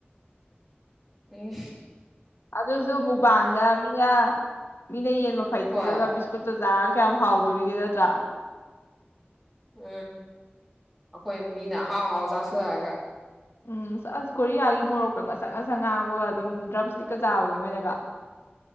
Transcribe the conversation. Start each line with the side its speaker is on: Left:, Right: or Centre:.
Centre: ꯎ
Left: ꯑꯗꯨꯁꯨ ꯃꯨꯛꯕꯥꯡꯗ ꯃꯤꯅ ꯃꯤꯅ ꯌꯦꯟ ꯃꯥꯍꯩ
Centre: ꯍꯣꯏ
Left: ꯆꯤꯛꯑꯒꯥ ꯕꯤꯁꯀꯨꯠ ꯆꯥꯔ ꯀꯌꯥꯝ ꯍꯥꯎꯗꯣꯔꯤꯒꯦ ꯅꯠꯇ꯭ꯔꯥ
Centre: ꯎꯝ ꯑꯩꯈꯣꯏ ꯃꯤꯅ ꯑꯍꯥꯎꯍꯥꯎ ꯆꯥꯁꯤꯔꯑꯒ
Left: ꯎꯝ ꯑꯁ ꯀꯣꯔꯤꯌꯥꯒꯤ ꯃꯣꯔꯣꯛꯇ ꯉꯁꯪ ꯉꯁꯪ ꯉꯥꯡꯕꯒ ꯑꯗꯨꯝ ꯗ꯭ꯔꯝꯁ ꯇꯤꯛꯀꯥ ꯆꯥꯕꯗꯣ ꯃꯣꯏꯅꯒ
Centre: ꯎꯝ